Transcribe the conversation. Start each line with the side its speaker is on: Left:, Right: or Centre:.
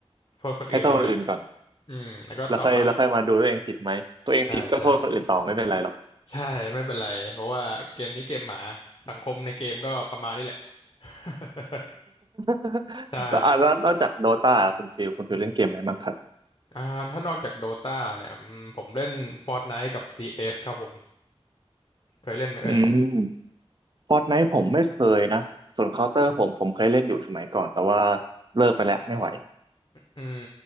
Left: โทษคนอื่นไว้ก่อน
Right: ให้โทษคนอื่นก่อน
Left: อืมแล้วก็ต่อมา
Right: แล้วค่อยแล้วค่อยมาดูตัวเองผิดไหมตัวเองผิดก็โทษคนอื่นต่อไม่เป็นไรหรอก
Left: ใช่ใช่ใช่ไม่เป็นไรเพราะว่าเกมนี้เกมหมาสังคมในเกมก็ประมาณนี้แหละ <laughs>
Right: <laughs>
Left: ใช่
Right: แล้วอ่ะแล้วนอกจากโดตาคุณฟิลคุณฟิลเล่นเกมอะไรบ้างครับ
Left: อ่าถ้านอกจากโดตาเนี่ยอืมผมเล่น Fortnite กับ CS ครับผม เคยเล่นไหมเอ่ย
Right: อืมฟอร์ตไนท์ผมไม่เคยนะส่วนเคาน์เตอร์ผมผมเคยเล่นอยู่สมัยก่อนแต่ว่าเลิกไปแล้วไม่ไหว
Left: อืม